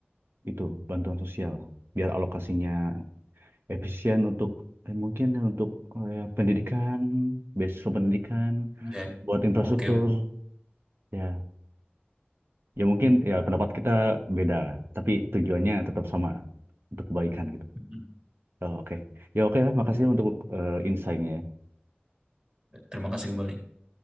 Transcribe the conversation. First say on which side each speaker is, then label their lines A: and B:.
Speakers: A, on the right; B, on the right.
A: itu bantuan sosial biar alokasinya efisien untuk eh, mungkin untuk eh, ya, pendidikan, beasiswa pendidikan,
B: ya
A: buat infrastruktur
B: Oke, oke.
A: Ya, ya mungkin ya pendapat kita beda lah, tapi tujuannya tetap sama untuk kebaikan gitu.
B: Hmm.
A: Oh, oke, ya oke lah, makasih untuk eh, insight-nya.
B: Terima kasih kembali.